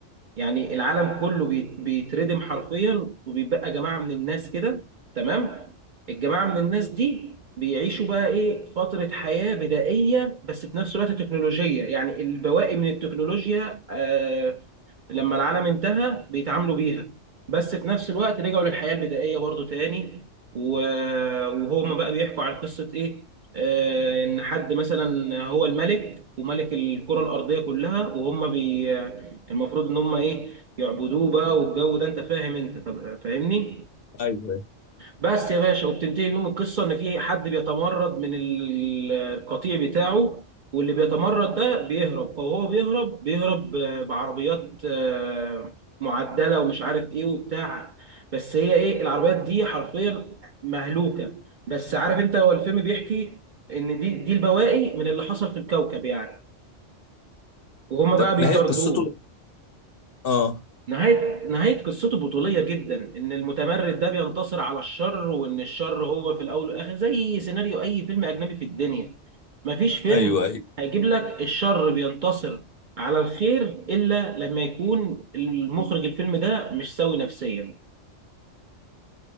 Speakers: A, on the right; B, on the left.
A: يعني العالم كله بيت- بيتردم حرفيا وبيبقى جماعة من الناس كده تمام الجماعة من الناس دي بيعيشوا بقى ايه فترة حياة بدائية بس في نفس الوقت تكنولوجية يعني البواقي من التكنولوجيا آه، لما العالم انتهى بيتعاملوا بيها بس في نفس الوقت رجعوا للحياة البدائية برضو تاني و- وهما بقى بيحكوا عن قصة ايه آه ان حد مثلا هو الملك وملك الكرة الأرضية كلها وهم بي المفروض ان هم ايه يعبدوه بقى والجو ده انت فاهم انت طب فاهمني
B: ايوه
A: بس يا باشا وبتنتهي بيهم القصه ان في حد بيتمرد من ال- القطيع بتاعه واللي بيتمرد ده بيهرب فهو بيهرب بيهرب آه، بعربيات آه، معدله ومش عارف ايه وبتاع بس هي ايه العربيات دي حرفيا مهلوكه بس عارف انت هو الفيلم بيحكي ان دي دي البواقي من اللي حصل في الكوكب يعني وهم بقى
B: طب
A: بيطاردوه
B: نهايه قصته اه
A: نهاية نهاية قصته بطولية جدا إن المتمرد ده بينتصر على الشر وإن الشر هو في الأول والآخر زي سيناريو أي فيلم أجنبي في الدنيا مفيش فيلم
B: ايوه ايوه
A: هيجيب لك الشر بينتصر على الخير إلا لما يكون المخرج الفيلم ده مش سوي نفسيا